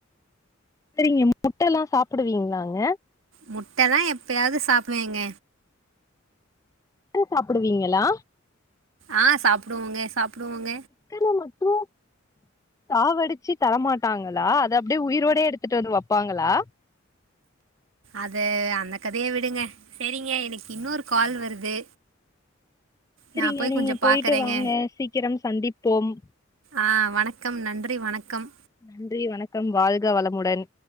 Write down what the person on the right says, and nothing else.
முட்ட நா எப்பயாது சாப்டுவேங்க
ஆ சாப்டுவோங்க சாப்டுவோங்க
அது அந்த கதைய விடுங்க சரிங்க எனக்கு இன்னொரு கால் வருது
நா போய்
கொஞ்சோ
பாக்கறேங்க
ஆ வணக்கம் நன்றி வணக்கம்